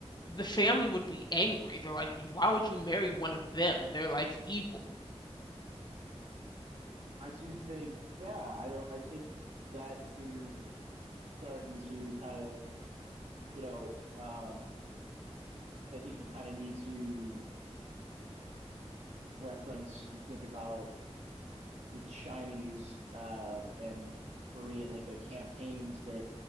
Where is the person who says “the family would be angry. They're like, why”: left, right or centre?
Left